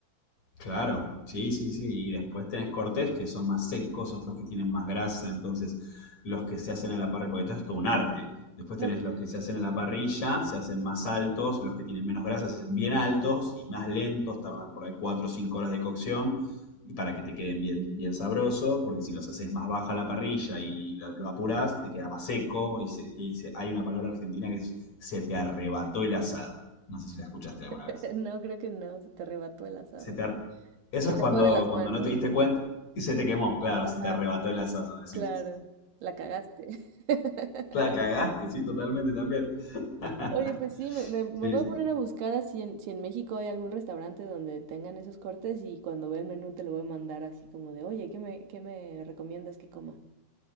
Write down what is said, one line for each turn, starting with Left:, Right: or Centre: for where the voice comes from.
Left: Claro, sí, sí, sí. Y después tenés cortes que son más secos, otros que tienen más grasa. Entonces, los que se hacen a la parrilla, porque todo es todo un arte. Después
Right: No,
Left: tenés
Right: pues
Left: los que se hacen a la parrilla, se hacen más altos, los que tienen menos grasa se hacen bien altos y más lentos, tardan por ahí 4 o 5 horas de cocción y para que te queden bien, bien sabrosos, porque si los haces más baja a la parrilla y lo, lo apurás, te queda más seco y, se- y se- hay una palabra argentina que es se te arrebató el asado. No sé si la escuchaste
Right: <laughs>
Left: alguna vez
Right: no, creo que no, se te arrebató el asado.
Left: se te ar- Eso
Right: Se
Left: es
Right: te
Left: cuando,
Right: fue de las
Left: cuando
Right: manos,
Left: no te diste
Right: ¿no?
Left: cuenta y se te quemó, claro,
Right: Ajá,
Left: se te arrebató el asado, decimos.
Right: claro, la cagaste. <laughs>
Left: La cagaste, sí, totalmente también. <laughs>
Right: Oye, pues sí, me, me- me
Left: Sí,
Right: voy
Left: sí.
Right: a poner a buscar a si en, si en México hay algún restaurante donde tengan esos cortes y cuando vea el menú te lo voy a mandar así como de, oye, ¿qué me, qué me recomiendas que coma?